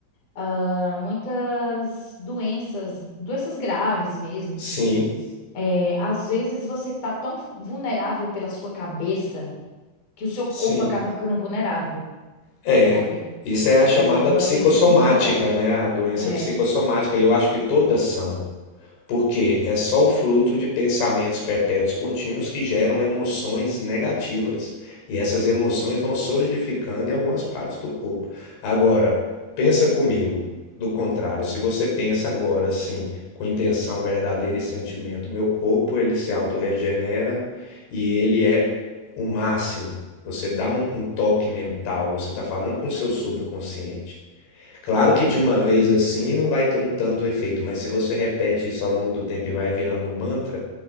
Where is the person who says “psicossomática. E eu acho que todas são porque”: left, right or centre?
Left